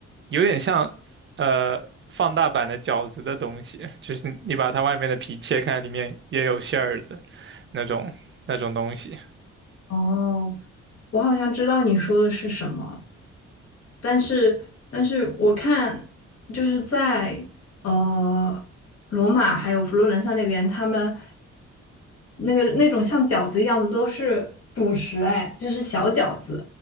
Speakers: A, on the right; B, on the left.
A: 有点像呃放大版的饺子的东西，就是你把它外面的皮切开，里面也有馅儿的那种那种东西。
B: 哦，我好像知道你说的是什么，但是但是我看就是在呃罗马还有佛罗伦萨那边，他们那个那种像饺子一样的都是主食，哎，就是小饺子。